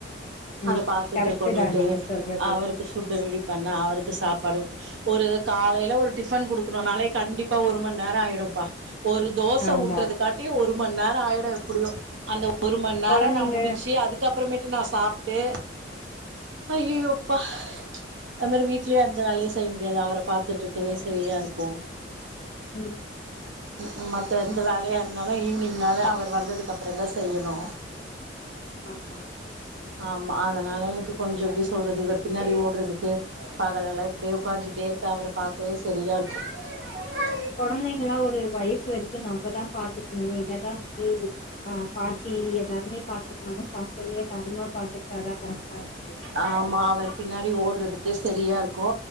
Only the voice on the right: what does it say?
அத பாத்துட்டு
கொண்டுட்டு
அவருக்கு ஃபுட் ரெடி பண்ண அவருக்கு சாப் படவுட்டு ஒரு காலையில ஒரு டிஃபன் குடு நாலே கண்டிப்பா ஒரு மணி நேரோ ஆயிடும்பா. ஒரு தோச
ஊட்டுறது காட்டியு ஒரு மணி நேரோ ஆயிடு எப்டியு அந்த ஒர் ஒரு மணி நேரோ
நா முடிச்சு அதுக்கப் அப்புறமேட்டு நா சாப்புட்டு ஐய்ஐய்யோப்பா அது மாரி வீட்லயு எந்த வேலையு செய்ய முடியாது அவர பாத்துட்டுருக்கவே சரியா இருக் கு.
க்உம் மத்த எந்த வேலையா இருந்தாலு ஈவினிங்மேல அவர் வந்ததுக்கு அப்புறம் தா செய்யணு
ஆமா அதனால எனக்கு கொஞ்சோ எப்டி சொல்றது இவர் பின்னாடி ஓடுறதுக்கு பகலெல்லா இப்டியே உக்காஞ்சிட்டே இருக்க அவர பாக்கவே சரியா இருக். <unintelligible>
ஆமா அவர் பின்னாடி ஓடுறதுக்கே சரியா இருக்கோ